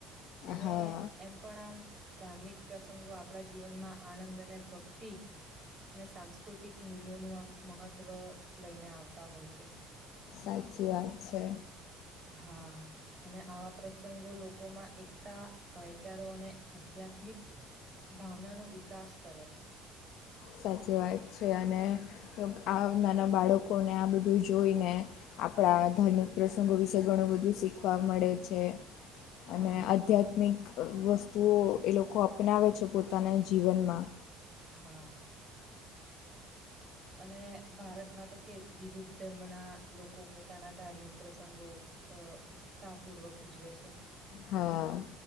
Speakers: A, on the right; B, on the left.
A: અને
B: હા
A: એમ પણ આમ ધાર્મિક પ્રસંગો આપણા જીવનમાં આનંદ અને ભક્તિ અને સાંસ્કૃતિક મૂલ્યોનું આમ મહત્વ લઈને આવતા હોય છે
B: સાચી વાત છે
A: હા અને આવા પ્રસંગો લોકોમાં એકતા ભાઈચારો અને આધ્યાત્મિક ભાવનાનો વિકાસ કરે છે
B: સાચી વાત છે અને આ નાના બાળકોને આ બધું જોઈને આપણા ધાર્મિક પ્રસંગો વિશે ઘણું બધું શીખવા મળે છે
A: હા
B: અને આધ્યાત્મિક વસ્તુઓ એ લોકો અપનાવે છે પોતાના જીવનમાં
A: હા અને ભારતમાં તો કેવું વિવિધ ધર્મના લોકો પોતાના ધાર્મિક પ્રસંગો ઉત્સાહપૂર્વક ઉજવે છે
B: હા